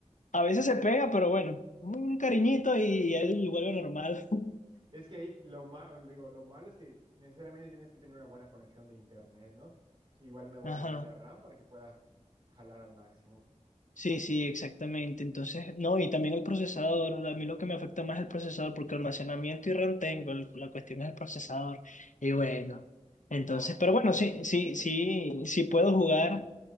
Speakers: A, on the left; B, on the right.
A: A veces se pega, pero bueno, un cariñito y, y él vuelve normal. <laughs>
B: Es que ahí lo malo, digo, lo malo es que necesariamente tienes que tener una buena conexión de internet, ¿no? Igual una buena
A: Ajá.
B: memoria RAM para que pueda jalar al máximo.
A: Sí, sí, exactamente. Entonces, no, y también el procesador. A mí lo que me afecta más es el procesador, porque almacenamiento y RAM tengo, el- la cuestión es el procesador. Y bueno, entonces,
B: Ah, ok.
A: pero bueno, sí, sí,
B: <laughs>
A: sí, sí puedo jugar.